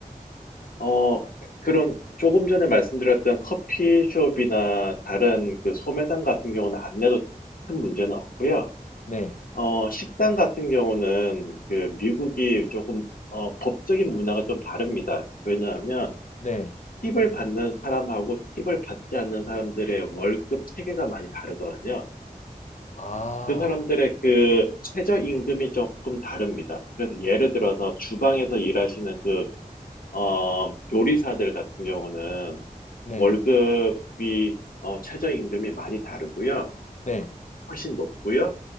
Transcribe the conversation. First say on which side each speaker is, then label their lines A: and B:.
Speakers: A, on the left; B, on the left.
A: 어, 그런 조금 전에 말씀드렸던 커피숍이나 다른 그 소매상 같은 경우는 안 내도 큰 문제는 없고요.
B: 네,
A: 어, 식당 같은 경우는 그 미국이 조금 어, 법적인 문화가 좀 다릅니다. 왜냐하면
B: 네.
A: 팁을 받는 사람하고 팁을 받지 않는 사람들의 월급 체계가 많이 다르거든요.
B: 아,
A: 그 사람들의 그 최저 임금이 조금 다릅니다. 그래서 예를 들어서 주방에서 일하시는 그 어, 요리사들 같은 경우는
B: 네,
A: 월급이 어, 최저 임금이 많이 다르고요.
B: 네.
A: 훨씬 높고요.